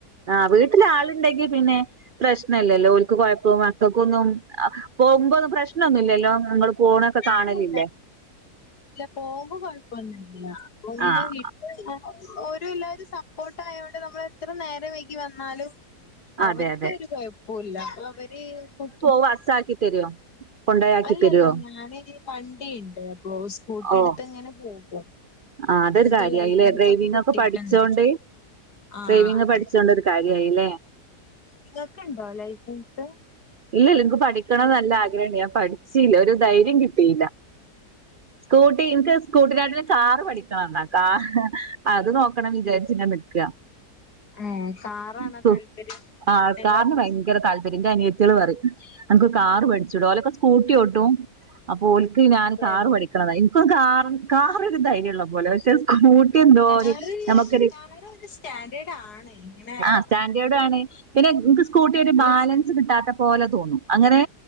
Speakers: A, on the right; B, on the left.
A: ആഹ് വീട്ടില് ആള്ണ്ടെങ്കി പിന്നെ പ്രശ്നല്ലല്ലോ ഓൽക്ക് കൊഴപ്പോ മക്കൾക്കൊന്നും പോകുമ്പോ അത് പ്രശ്നൊന്നുല്ലല്ലോ ഇങ്ങള് പോണൊക്കെ കാണലില്ലേ
B: ഇല്ലല്ല ഇല്ല പോകുമ്പോ കൊഴപ്പൊന്നും ഇല്ല അപ്പോ ഇങ്ങനെ
A: ആഹ്
B: വീ ആഹ് ഓരും എല്ലാവരും സപ്പോർട്ട് ആയോണ്ട് നമ്മൾ എത്ര നേരം വൈകി വന്നാലും അവർക്ക്
A: അതെ അതെ
B: ഒര് കൊഴപ്പോല്ല അപ്പൊ അവര് <unintelligible>
A: പാസാക്കി തരോ കൊണ്ടയാക്കി
B: അല്ലല്ല
A: തരോ
B: ഞാനൊര് വണ്ടി ഇണ്ട് അപ്പൊ സ്കൂട്ടി
A: ഓഹ്
B: എടുത്ത് ഇങ്ങനെ പോകും
A: ആഹ് അതൊരു
B: ഇപ്പൊ
A: കാര്യായില്ലേ
B: ലൈസൻസ്
A: ഡ്രൈവിംഗ്
B: കിട്ടിയിട്ടുണ്ട്
A: ഒക്കെ പഠിച്ചോണ്ട്
B: ആഹ്
A: ഡ്രൈവിങ്
B: അതെ
A: പഠിച്ചോണ്ടൊര് കാര്യായി ല്ലേ
B: ഇങ്ങക്ക് ണ്ടോ ലൈസൻസ്
A: ഇല്ലല്ല ഇൻക്ക് പഠിക്കണം ന്ന് നല്ല ആഗ്രഹം ഇണ്ട് ഞാൻ പഠിച്ചീല്ല ഒരു ധൈര്യം കിട്ടിയില്ല സ്കൂട്ടി ഇൻക്ക് സ്കൂട്ടി നേട്ടീലും കാ കാറ് പഠിക്കണം ന്നാ കാ അത് നോക്കണം ന്ന് വിചാരിച്ച് ഇങ്ങനെ നിക്കാ
B: ഏഹ് കാറാണോ
A: ഇൻകും
B: താല്പര്യം സ്കൂട്ടിനെകാട്ടിലും
A: ആഹ് കാറിന് ഭയങ്കര താല്പര്യം ന്റെ അനിയ ത്തിയള് പറയ് അൻക്ക് കാറ് പഠിച്ചുടെ ഓലൊക്കെ സ്കൂട്ടിയോട്ടും അപ്പൊ ഓ ൽക്ക് ഞാൻ
B: അതെ
A: കാറ്
B: അതെ
A: പഠിക്കണം ന്നാ ഇൻക്കും കാ കാറ് ഒര് ധൈര്യള്ള പോലെ പക്ഷെ സ്കൂട്ടി എന്തോ ഒരു
B: കാറ്
A: നമുക്കൊരു
B: കാറൊര് സ്റ്റാൻഡേർഡ് ആണ് എങ്ങനെ
A: ആഹ്
B: യാൽ
A: സ്റ്റാൻഡേർഡ് ആണ് പിന്നെ ഇൻക്ക് സ്കൂട്ടി ഓട്ടിയാ
B: നല്ല
A: ബാലൻസ് കിട്ടാത്ത പോലെ തോന്നും അങ്ങനെ